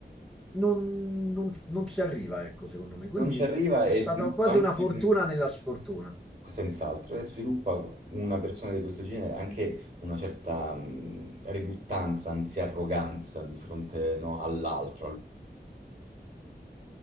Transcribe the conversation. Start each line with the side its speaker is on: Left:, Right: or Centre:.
Centre: non, non- non ci arriva, ecco, secondo me. Quindi
Right: Non ci arriva
Centre: è
Right: e
Centre: stata
Right: sviluppa
Centre: quasi
Right: anche,
Centre: una fortuna nella sfortuna.
Right: senz'altro, e sviluppa una persona di questo genere anche una certa mh, riluttanza, anzi arroganza di fronte no, all'altro. al-